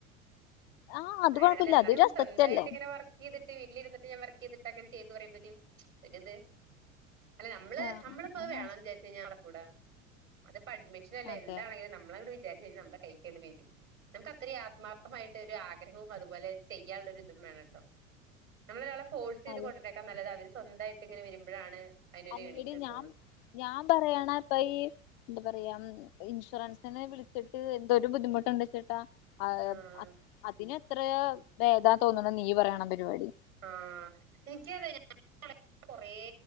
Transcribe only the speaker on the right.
അങ്ങനല്ലന്നാലും
സ്വന്തായിട്ടിങ്ങനെ വർ ക്കീതിട്ട് വീട്ടിൽ ഇരിന്നിട്ട് ഞാൻ വർക്കീതിട്ടങ്ങനെ ചെയ്ത് പറയുമ്പോ ഒരു ഒരിത്. അല്ല നമ്മള്
നമ്മളിപ്പോ
വേണംന്ന് വിചാരിച്ച കഴിഞ്ഞാ നടകൂടാ അതിപ്പോ അഡ്മിഷൻ അല്ല
എന്താണെങ്കിലും. നമ് നമ്മളങ്ങ്ട്ട് വിചാരിച്ച് കയ്ഞ്ഞ നമ്മള് കയ്ക്കണ്ട് വരും നമുക്ക് അത്തരീ ആത്മാർത്ഥമായിട്ട് ഒരു ആഗ്രഹവും അതുപോലെ ചെയ്യാനുള്ളൊരിതും വേണട്ടോ നമ്മള് ഒരാളെ ഫോഴ്സീത്
കൊണ്ടൊ ര്നേക്കാൾ നല്ലത് അവര് സ്വന്തായിട്ട് ഇങ്ങനെ വരുമ്പഴാണ് അതിനൊരു
ഏണിങ്സ് കിട്ടുള്ളൂ.
ആഹ്
ആ എനിക്കുംഅതേ കൊറേ